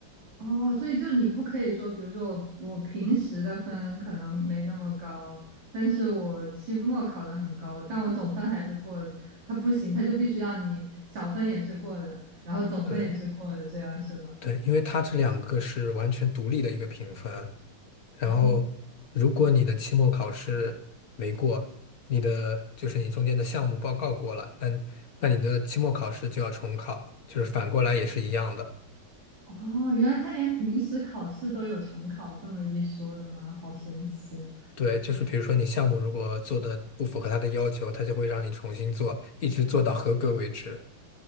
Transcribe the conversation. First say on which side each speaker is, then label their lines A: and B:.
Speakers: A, on the right (about 85°); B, on the left (about 50°).
A: 哦，所以就是你不可以说，比如说我我平时的分可能没那么高，但是我期末考的很高，但我总分还是过，它不行，它就必须要你小分也是过的，然后总分也是过的，
B: 对
A: 这样是吧？
B: 对，因为它这两个是完全独立的一个评分。然后，
A: 哦
B: 如果你的期末考试没过，你的就是你中间的项目报告过了，那那你的期末考试就要重考，就是反过来也是一样的。
A: 哦，原来他连平时考试都有重考这么一说的吗？好神奇哦！
B: 对，就是比如说你项目如果做的不符合他的要求，他就会让你重新做，一直做到合格为止。